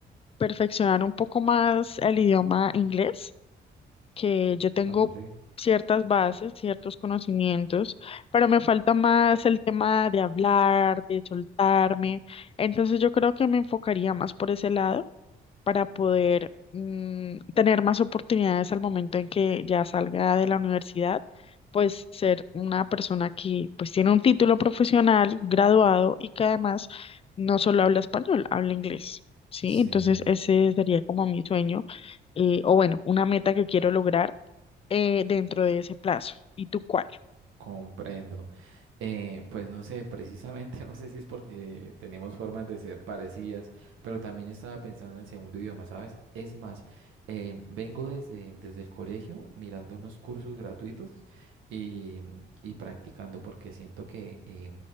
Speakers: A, on the left; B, on the right.
A: perfeccionar un poco más el idioma inglés, que yo tengo
B: Vale.
A: ciertas bases, ciertos conocimientos, pero me falta más el tema de hablar, de soltarme. Entonces yo creo que me enfocaría más por ese lado para poder mm, tener más oportunidades al momento en que ya salga de la universidad, pues ser una persona que pues tiene un título profesional, graduado y que además no solo habla español, habla inglés, ¿sí?
B: Sí,
A: Entonces ese sería como mi sueño, eh, o bueno, una meta que quiero lograr eh, dentro de ese plazo. ¿Y tú cuál?
B: comprendo. Eh, pues no sé, precisamente <laughs> no sé si es porque tenemos formas de ser parecidas, pero también estaba pensando en el segundo idioma, ¿sabes? Es más, eh, vengo desde, desde el colegio mirando unos cursos gratuitos y, y practicando, porque siento que eh,